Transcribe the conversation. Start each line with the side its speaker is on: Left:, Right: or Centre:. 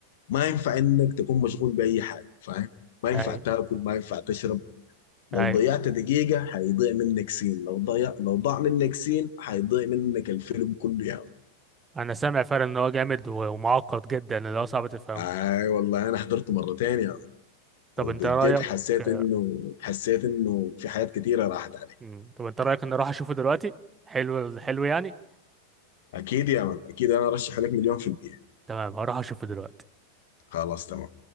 Left: ما ينفع انك تكون مشغول باي حاجه فاهم ما ينفع
Right: اي
Left: تاكل ما ينفع تشرب لو
Right: اي
Left: ضيعت دقيقة هيضيع منك سين لو ضيع لو ضاع منك سين هيضيع منك الفيلم كله يا مان.
Right: انا سامع فعلا ان هو جامد و- ومعقد جدا اللي هو صعب تفهمه
Left: اي والله انا حضرته مرتين يا مان.
Right: طب
Left: وبجد
Right: انت رايك
Left: حسيت
Right: آه،
Left: انه حسيت انه في حاجات كتيرة راحت علي
Right: مم. طب انت رايك ان اروح اشوفه دلوقتي حلو حلو يعني
Left: اكيد يا مان اكيد انا ارشح لك مليون في المية
Right: تمام هروح اشوفه دلوقتي
Left: خلاص تمام